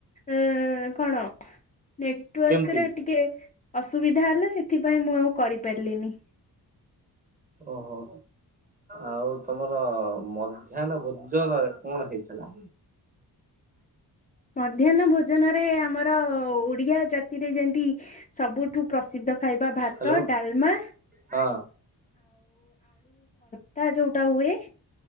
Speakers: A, on the left; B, on the right.
A: ଅ କଣ? ନେଟୱାର୍କରେ
B: କେମିତି
A: ଟିକେ ଅସୁବିଧା ହେଲା ସେଥିପାଇଁ ମୁଁ ଆଉ କରିପାରିଲିନି।
B: ଓହୋ ଆଉ ତମର ମ ମଧ୍ୟାହ୍ନ ଭୋଜନରେ କଣ ହେଇଥିଲା?
A: ମଧ୍ୟାହ୍ନ ଭୋଜନରେ ଆମର ଓଡ଼ିଆ ଜାତିରେ ଯେମତି ସବୁଠୁ ପ୍ରସିଦ୍ଧ ଖାଇବା ଭାତ
B: ହ୍ୟାଲୋ
A: ଡାଲମା
B: ହଁ।
A: ତା ଯୋଉଟା ହୁଏ,